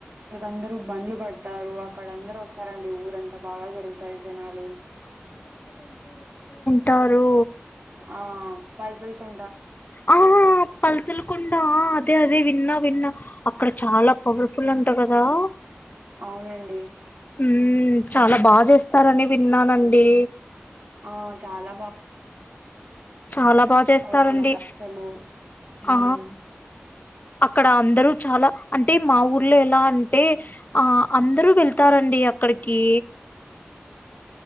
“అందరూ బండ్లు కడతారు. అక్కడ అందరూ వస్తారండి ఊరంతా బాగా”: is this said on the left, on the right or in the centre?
Right